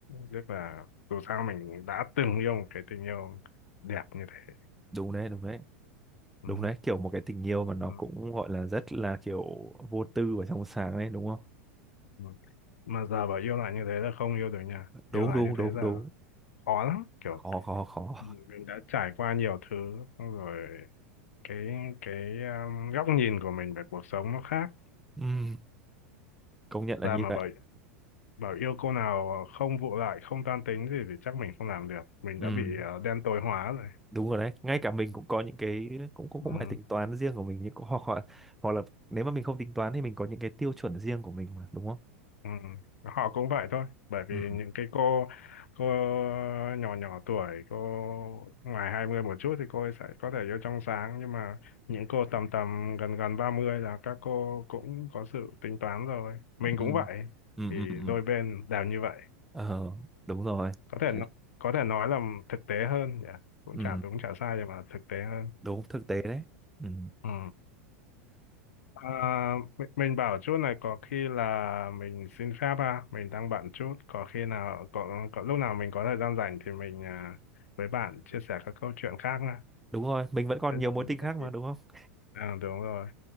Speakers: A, on the left; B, in the centre.
A: rất là dù sao mình đã từng yêu một cái tình yêu đẹp như thế
B: đúng đấy, đúng đấy.
A: ừ.
B: Đúng đấy, kiểu một cái tình yêu mà nó
A: Ừ.
B: cũng gọi là rất là kiểu vô tư và trong sáng đấy, đúng không?
A: ừ. mà giờ bảo yêu lại như thế là không yêu được nha
B: Đúng,
A: yêu lại
B: đúng,
A: như
B: đúng,
A: thế là
B: đúng.
A: khó lắm kiểu
B: Khó, khó, khó.
A: mình mình đã trải qua nhiều thứ xong rồi cái cái um, góc nhìn của mình về cuộc sống nó khác
B: Ừ, công nhận là
A: ra
B: như
A: mà
B: vậy.
A: bảo bảo yêu cô nào không vụ lại không toan tính gì thì chắc mình không làm được mình
B: Ừ.
A: đã bị ờ, đen tối hóa rồi
B: đúng rồi đấy ngay cả mình cũng có những cái cũng cũng
A: ừ.
B: cũng phải tính toán riêng của mình nhưng cũng hoặc hoặc hoặc là nếu mà mình không tính toán thì mình có những cái tiêu chuẩn riêng của mình mà đúng không
A: Ừ, họ cũng vậy thôi bởi vì
B: ừ
A: những cái cô cô nhỏ nhỏ tuổi cô ngoài 20 một chút thì cô ấy sẽ có thể yêu trong sáng nhưng mà những cô tầm tầm gần gần 30 là các cô cũng có sự tính toán rồi mình
B: ừ
A: cũng vậy
B: ừ
A: thì
B: ừ ừ
A: đôi bên đều như vậy
B: ờ đúng rồi
A: có thể
B: Thế,
A: nó- có thể nói là thực tế hơn nhỉ cũng
B: ừ,
A: chả đúng chả sai nhưng mà thực tế hơn
B: đúng thực tế đấy ừ,
A: ừ À, mình, mình bảo chút này có khi là mình xin phép ha, mình đang bận chút, có khi nào có, có lúc nào mình có thời gian rảnh thì mình à, với bạn chia sẻ các câu chuyện khác nha.
B: đúng rồi mình vẫn còn
A: Thế
B: nhiều
A: dạo
B: mối
A: này
B: tình khác
A: là gì?
B: mà đúng không
A: À, đúng rồi.